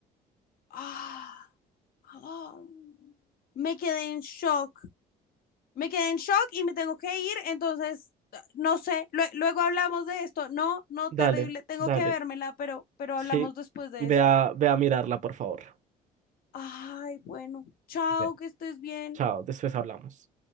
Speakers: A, on the left (about 60°); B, on the right (about 45°).
A: Ah, ah. Me quedé en shock. Me quedé en shock y me tengo que ir, entonces no sé, lue- luego hablamos de esto. No, no,
B: Dale,
A: terrible, tengo
B: dale.
A: que vérmela, pero pero
B: Sí.
A: hablamos después de
B: Ve
A: eso.
B: a, ve a mirarla, por favor.
A: Ay, bueno, chao,
B: Ve.
A: que estés bien.
B: Chao, después hablamos.